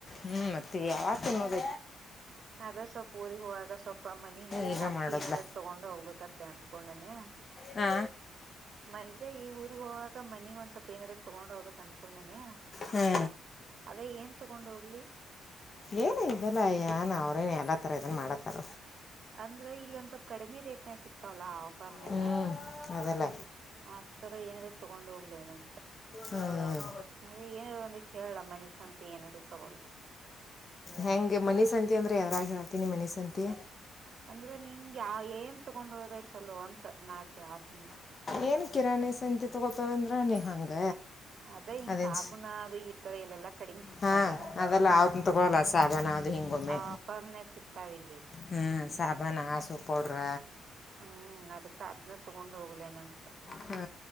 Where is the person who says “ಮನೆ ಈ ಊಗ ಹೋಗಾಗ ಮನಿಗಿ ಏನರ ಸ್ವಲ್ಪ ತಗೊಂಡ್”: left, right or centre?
Right